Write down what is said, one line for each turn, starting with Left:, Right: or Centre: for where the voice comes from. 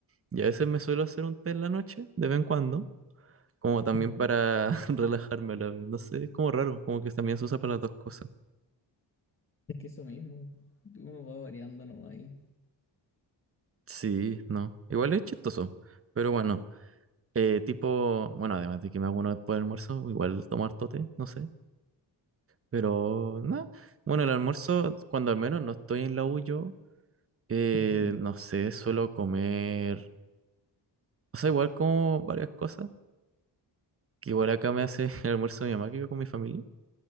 Right: Y a veces me suelo hacer un té en la noche, de vez en cuando. Como también
Left: Ujú.
Right: para <laughs> relajarme a la vez. No sé, es como raro. Como que también se usa para las dos cosas.
Left: Es que eso mismo. Uno va variando nomás ahí.
Right: Sí, no. Igual es chistoso. Pero bueno. Eh, tipo, bueno, además de que me hago uno después del almuerzo, igual tomo harto té, no sé. Pero nada, bueno, el almuerzo, cuando al menos no estoy en la U yo, eh,
Left: Ujú.
Right: no sé, suelo comer, o sea, igual como varias cosas, que igual acá me hace <laughs> el almuerzo mi mamá que vivo con mi familia.